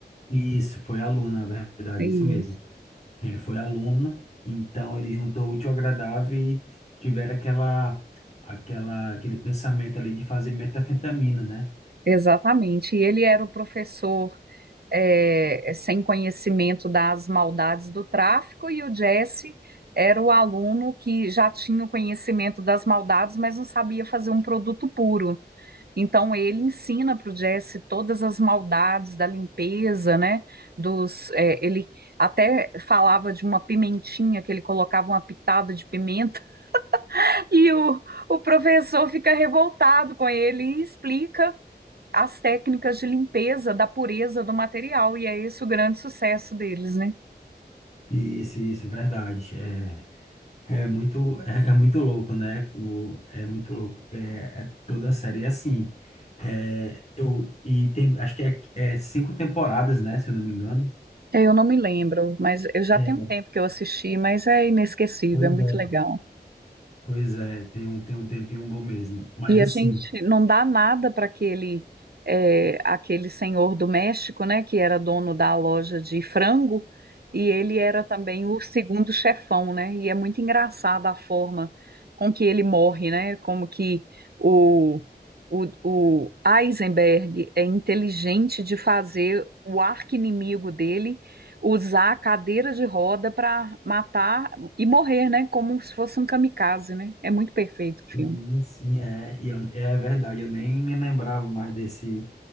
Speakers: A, on the left; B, on the right.
A: isso foi aluno na verdade
B: Isso.
A: isso mesmo Ele foi aluno, então ele juntou o útil ao agradável e tiveram aquela, aquela, aquele pensamento ali de fazer metanfetamina, né?
B: Exatamente. E ele era o professor é, é, sem conhecimento das maldades do tráfico, e o Jesse era o aluno que já tinha o conhecimento das maldades, mas não sabia fazer um produto puro. Então ele ensina para o Jesse todas as maldades da limpeza, né? Dos, é, ele até falava de uma pimentinha que ele colocava uma pitada de pimenta <laughs> e o, o professor fica revoltado com ele e explica as técnicas de limpeza da pureza do material, e é esse o grande sucesso deles, né?
A: Isso, isso, verdade. É, é muito, é, é muito louco, né? O, é muito louco. É, é- toda a série é assim. É, eu, e tem, acho que é, é cinco temporadas, né? Se eu não me engano.
B: Eu não me lembro, mas eu já
A: É,
B: tenho um tempo que eu assisti, mas é inesquecível,
A: pois
B: é muito
A: é,
B: legal.
A: pois é, tem um, tem um tempinho bom mesmo. Mas
B: E
A: assim,
B: a gente não dá nada para aquele eh, aquele senhor do México, né, que era dono da loja de frango, e ele era também o segundo chefão, né? E é muito engraçada a forma com que ele morre, né? Como que o, o, o Eisenberg é inteligente de fazer o arqui-inimigo dele usar a cadeira de roda para matar e morrer, né? Como se fosse um kamikaze, né? É muito perfeito o
A: Sim,
B: filme.
A: sim, é. E eu- é verdade, eu nem me lembrava mais desse,